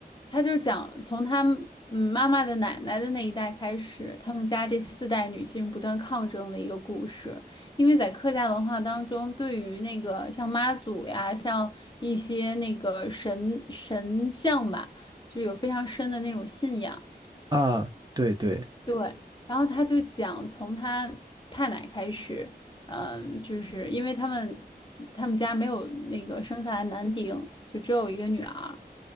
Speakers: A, on the left; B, on the right.
A: 他就讲从他们嗯妈妈的奶奶的那一代开始，他们家这四代女性不断抗争的一个故事。因为在客家文化当中，对于那个像妈祖呀，像一些那个神神像吧，就有非常深的那种信仰。
B: <laughs> 啊，对对，
A: 对，然后他就讲从他太奶开始，嗯、就是因为他们他们家没有那个生下来男丁，就只有一个女儿，